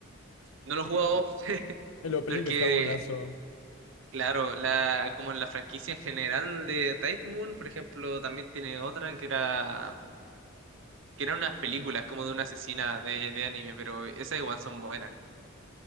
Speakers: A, on the right; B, on the left.
A: No lo he
B: Y
A: jugado
B: el opening
A: porque,
B: está buenazo.
A: claro, la, como en la franquicia en general de Type Moon, por ejemplo, también tiene otra que era, que eran unas películas como de una asesina de, de anime, pero esas igual son buenas.